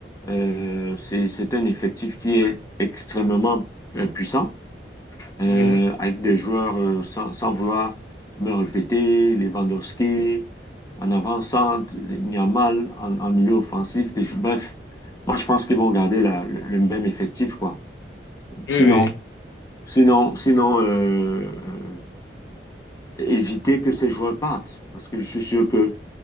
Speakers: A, on the left; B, on the left.
A: euh, c'est, c'est un effectif qui est extrêmement euh, puissant. euh,
B: Mhm.
A: avec des joueurs euh, sans, sans vouloir me répéter, Lewandowski, en avant-centre, Yamal en, en milieu offensif. des- bref, moi je pense qu'ils vont garder la- le, le même effectif, quoi.
B: Oui,
A: Sinon,
B: oui.
A: sinon, sinon euh, euh, éviter que ces joueurs partent, parce que je suis sûr que